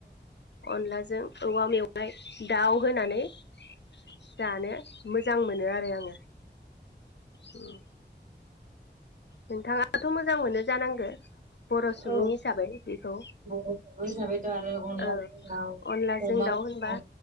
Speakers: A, on the left; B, on the right.
A: अनलाजों औवा मेवाय दाउ होनानै जानो मोजां मोजां मोनो आरो आङो औ नोंथाङाथ' मोजां मोनो जानांगो? बर' सुबुं
B: औ
A: हिसाबै बेखौ
B: बर' हिसाबैथ' आरो अनलाजों
A: औ
B: दाउ
A: अनलाजों
B: अमाजों
A: दाउ होनबा